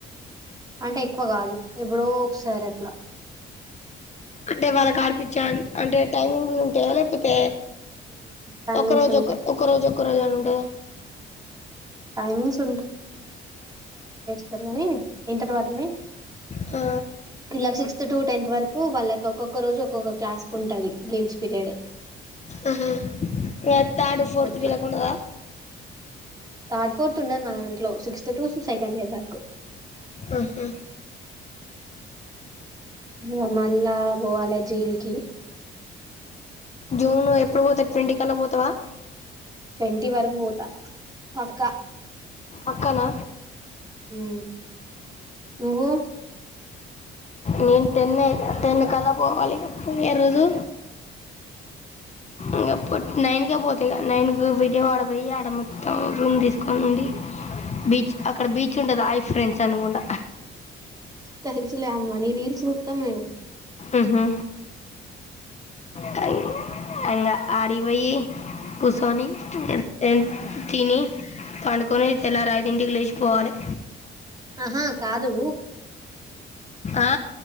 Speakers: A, on the right; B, on the left.
A: అంటే ఎక్కువ కాదు ఎప్పుడో ఒక్కసారి అట్లా
B: అంటే వాళ్లకు ఆడిపిచ్చ అంత అంటే టైమింగ్లు ఉంటాయా లేపోతే తె
A: టైమింగ్స్
B: ఒక్క రోజు
A: ఉంటాయి
B: ఒక ఒక్క రోజు ఒక్క రోజ అని ఉంటదా
A: టైమింగ్స్ సరే గాని ఇంటర్ వాళ్ళుని
B: ఆ
A: ఇలా సిక్స్త్ టు టెన్త్ వరకు వాళ్లకి ఒక్కొక్క రోజు ఒక్కొక్క క్లాస్ కు ఉంటది గేమ్స్ పీరియడ్
B: ఆహా ఏ థర్డ్ ఫోర్త్
A: అట్లా
B: వీళ్ళకు ఉండదా
A: థర్డ్ ఫోర్త్ ఉండదు మా దాంట్లో సిక్స్త్ టూ సెకండ్ ఇయర్ వరకు
B: ఆహా
A: ఇగ మల్ల బోవలే జైల్ కి
B: జూన్ లో ఎప్పుడు పోతర్ ట్వెంటీ ఖల్లా పోతావా
A: ట్వంటీ వరకు పోతా పక్కా
B: అక్కనా
A: ఉమ్మ్ నువ్వు
B: నేన్ టెనే టెన్ కల్లా పోవాలి పోయే రోజు ఇగ పో నైన్‌కే పోతా ఇగ నైన్ కి విజయవాడ బోయి ఆడ మొత్తం రూమ్ దీసుకొని ఉండి బీచ్ అక్కడ బీచ్ ఉండది ఆయి ఫ్రెండ్స్ అనుకుండా
A: తెల్సు లే అమ్మా నీ రీల్స్ జూత్తం మేము
B: ఉహు థాంక్ అంగా ఆడిపోయి కుసోని ఏ ఎంత్ తిని పండుకొని తెల్లారాయిదింటికి లేసిపోవాలే
A: హా కాదు
B: ఆ